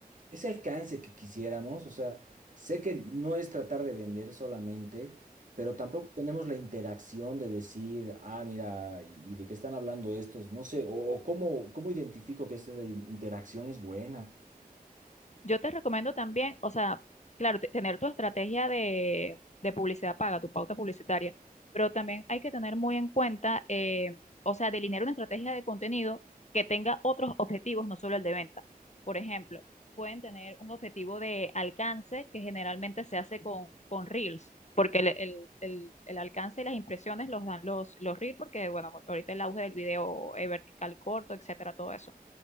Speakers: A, on the right; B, on the left.
A: ese alcance que quisiéramos. O sea, sé que no es tratar de vender solamente, pero tampoco tenemos la interacción de decir, ah, mira, ¿y de qué están hablando estos? No sé, o, o cómo, cómo identifico que esta in- interacción es buena.
B: Yo te recomiendo también, o sea, claro, te- tener tu estrategia de, de publicidad paga, tu pauta publicitaria, pero también hay que tener muy en cuenta, eh, o sea, delinear una estrategia de contenido que tenga otros objetivos, no solo el de venta. Por ejemplo, pueden tener un objetivo de alcance que generalmente se hace con, con Reels, porque el, el, el- el alcance y las impresiones los dan los, los Reels, porque, bueno, ahorita el auge del video eh, vertical corto, etcétera, todo eso.